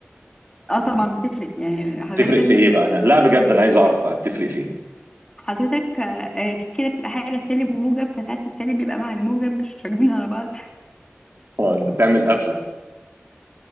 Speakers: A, on the left; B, on the right.
A: لا اه طبعا بتفرق يعني حضرتك
B: تفرق
A: لازم
B: في ايه
A: تشيل
B: بقى انا لا بجد انا عايز اعرف بقى بتفرق فين
A: حضرتك آه، آه، في كده بتبقى حاجة سالب وموجب فساعات السالب بيبقى مع الموجب مش راكبين على بعض
B: انت بتعمل قفله